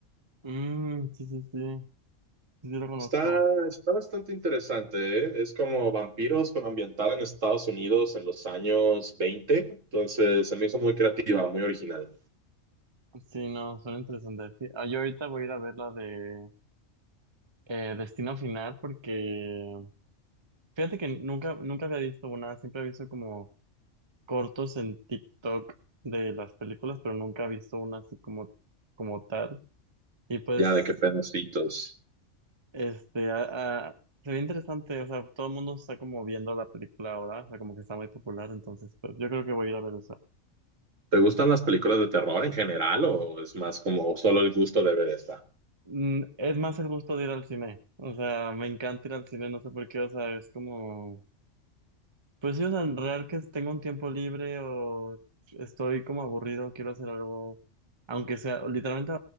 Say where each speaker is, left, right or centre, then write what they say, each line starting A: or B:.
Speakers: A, on the right; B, on the right.
A: Mm, sí, sí, sí, sí, sí lo conozco.
B: Está, está bastante interesante, ¿eh? Es como vampiros, pero ambientada en Estados Unidos en los años veinte Entonces se me hizo muy creativa, muy original.
A: Sí, no, son interesantes. Fí- ah, Yo ahorita voy a ir a ver la de eh, Destino Final porque fíjate que nunca, nunca había visto una, siempre he visto como cortos en TikTok de las películas, pero nunca he visto una así como, como tal. Y pues,
B: Ya, de qué pedacitos.
A: este, a- a- se ve interesante, o sea, todo el mundo está como viendo la película ahora, o sea, como que está muy popular, entonces, pues yo creo que voy a ir a ver esa.
B: ¿Te gustan las películas de terror en general o es más como solo el gusto de ver esta?
A: Mm, es más el gusto de ir al cine, o sea, me encanta ir al cine, no sé por qué, o sea, es como... Pues sí, o sea, en real que tengo un tiempo libre o estoy como aburrido, quiero hacer algo, aunque sea, literalmente